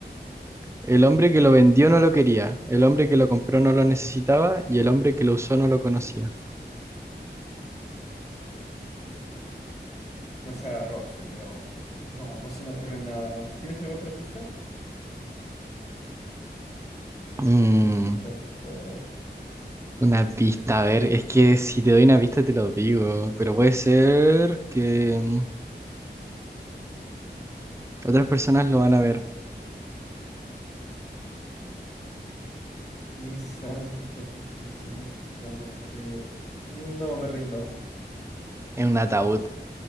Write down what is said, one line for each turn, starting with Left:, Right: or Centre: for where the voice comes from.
Right: El hombre que lo vendió no lo quería, el
Left: No lo
Right: hombre
Left: quería.
Right: que lo compró no lo necesitaba y el hombre que lo usó no lo conocía.
Left: Más agarrado frío. No, no se me ocurre nada. ¿Tienes alguna otra pista? ¿Alguna
Right: Mm,
Left: pistita, por favor?
Right: una pista, a ver, es que si te doy una pista te lo digo, pero puede ser que mm, otras personas lo van a ver
Left: ¿Qué es algo que otras personas van a ver? No, me rindo.
Right: en un ataúd.